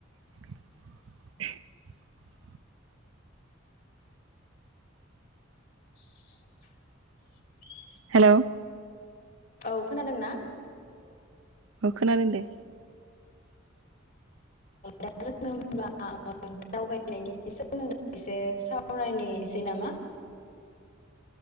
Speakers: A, on the right; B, on the left.
A: <inaudible>
B: <inaudible>
A: हेल' ।
B: औ खोनादोंना?
A: औ खोनादों दे।
B: दा जोङो होनब्ला दावबायनायनि सोमोन्दै एसे सावरायनायसै नामा?